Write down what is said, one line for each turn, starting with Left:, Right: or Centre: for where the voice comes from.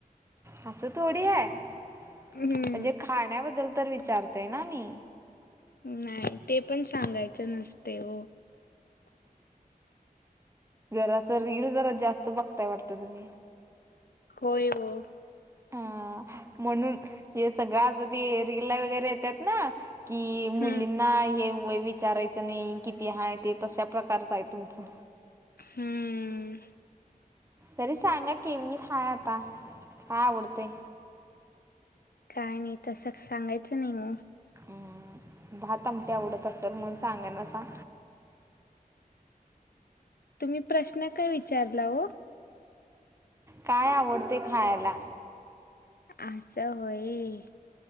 Right: असं थोडी आहे म्हणजे
Left: हम्म.
Right: खाण्याबद्दल तर विचारतय ना मी.
Left: नाही ते पण सांगायचं नसते हो.
Right: जरा असं रील जरा जास्त बघताय वाटतं तुम्ही.
Left: खोय हो.
Right: हा म्हणून हे सगळं असं ते रिला वगैरे येतात ना कि
Left: हम्म
Right: मुलींना हे वय विचारायचं नाही किती हाय ते तसा प्रकारचं आहे तुमचं.
Left: हम्म.
Right: तरी सांगा की मीच हाय आता काय आवडतेय?
Left: काय नाही तसं सांगायचं नाही म.
Right: अम भात आमटी आवडत असेल म्हणून सांगा नसा.
Left: तुम्ही प्रश्न का विचारला हो?
Right: काय आवडते खायला?
Left: असं होय